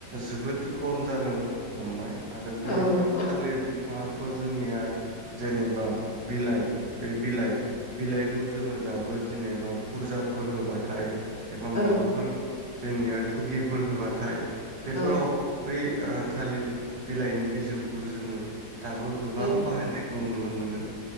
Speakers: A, on the right (about 65°); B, on the left (about 50°).
A: जोबोद खम जानो हमबाय आरो बे
B: औ औ
A: थालिर बिफाङाथ' जोंनिया जेनेबा बिलाइ बे बिलाइ बिलाइखौ जोङो दाबो जेनेबा फुजाफोर होबाथाय एबा माबाफोर
B: औ
A: जोंनिया थुगिफोर होबाथाय बेफोराव
B: औ
A: बै थालिर बिलाइनि बिजौखौ जोङो दाबो गोबां
B: औ
A: बाहायनायखौ नुनो मोनो